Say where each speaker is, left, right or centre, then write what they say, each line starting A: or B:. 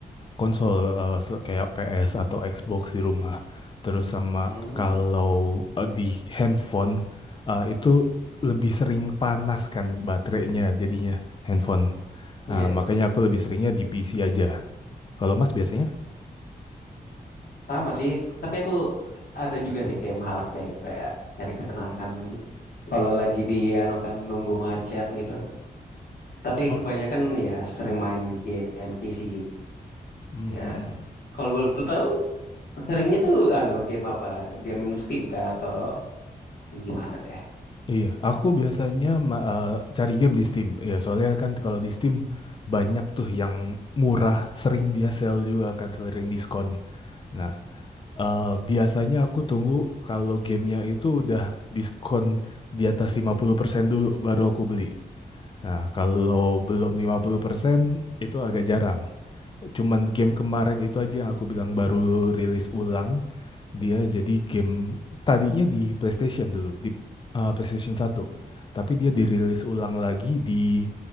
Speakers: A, on the left (about 30°); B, on the left (about 65°).
A: konsol eh, se- kayak PS atau Xbox di rumah. Terus sama
B: Hmm,
A: kalau eh, di handphone eh, itu lebih sering panas kan baterainya jadinya handphone.
B: iya,
A: Ah, makanya aku lebih seringnya di PC aja. Kalau Mas biasanya?
B: sama sih. Tapi aku ada juga sih game H P kayak cari kesenangan kalau lagi di anu kan nunggu macet gitu. Tapi
A: Oh,
B: kebanyakan ya sering main di game P C
A: mhm.
B: juga. Kalau boleh tahu Seringnya tuh anu game apa? Game Steam kah atau yang gimana deh?
A: Iya, aku biasanya ma- eh, cari game di Steam. Ya, soalnya kan kalau di Steam banyak tuh yang murah, sering dia sale juga kan, sering diskon. Nah, eh, biasanya aku tunggu kalau gamenya itu udah diskon di atas 50% dulu baru aku beli. Nah, kalau belum 50% itu agak jarang. Cuman game kemarin itu aja yang aku bilang baru rilis ulang. Dia jadi game tadinya di PlayStation dulu, di eh, PlayStation satu Tapi dia dirilis ulang lagi di